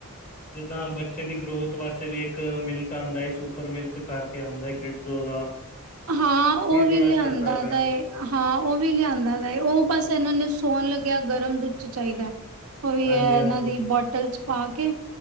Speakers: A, on the left (about 40°); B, on the right (about 70°).
A: ਜਿੱਦਾਂ ਬੱਚੇ ਦੀ ਗਰੋਥ ਵਾਸਤੇ ਵੀ ਇੱਕ ਮਿਲਕ ਆਂਦਾ ਈ ਸੂ ਉੱਪਰ ਮਿਲਕ ਕਰਕੇ ਆਉਂਦਾ ਗ੍ਰਿਡਜ਼ੋ ਦਾ।
B: ਹਾਂ, ਉਹ ਵੀ
A: ਬੜਾ
B: ਲਿਆਂਦਾ
A: ਚੱਲਦਾ ਪਿਆ
B: ਦਾ ਏ। ਹਾਂ, ਉਹ ਵੀ ਲਿਆਂਦਾ ਦਾ ਏ, ਉਹ ਬਸ ਇਹਨਾਂ ਨੂੰ ਸੋਣ ਲੱਗਿਆ ਗਰਮ ਦੁੱਧ ਚ ਚਾਹੀਦਾ। ਉਹ ਵੀ
A: ਹਾਂਜੀ
B: ਹੈ,
A: ਹਾਂਜੀ
B: ਇਹਨਾਂ ਦੀ ਬੋਟਲ ਚ ਪਾ ਕੇ